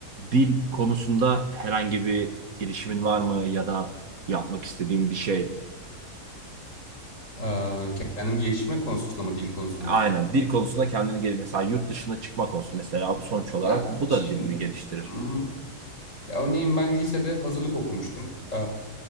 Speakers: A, on the right; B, on the left.
A: dil konusunda herhangi bir girişimin var mı ya da yapmak istediğin bir şey?
B: Ee, kendim geliştirme konusunda mı dil konusunda?
A: Aynen dil konusunda kendini gel mesela yurt dışına çıkmak olsun mesela sonuç
B: Ya
A: olarak bu
B: şimdi
A: da dilini geliştirir.
B: hı hı. Ya örneğin ben lisede hazırlık okumuştum. Ee,